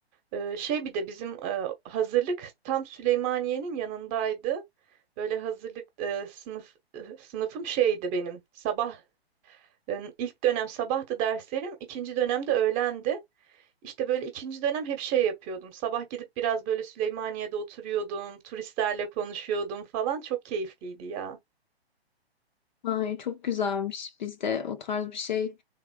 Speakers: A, on the right (about 20°); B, on the left (about 45°).
A: Ee, şey bir de bizim e, hazırlık tam Süleymaniye'nin yanındaydı. Böyle hazırlık e, sınıf e, sınıfım şeydi benim. Sabah e, ilk dönem sabahtı derslerim, ikinci dönemde öğlendi. İşte böyle ikinci dönem hep şey yapıyordum. Sabah gidip biraz böyle Süleymaniye'de oturuyordum, turistlerle konuşuyordum falan. Çok keyifliydi ya.
B: Ay çok güzelmiş. Bizde o tarz bir şey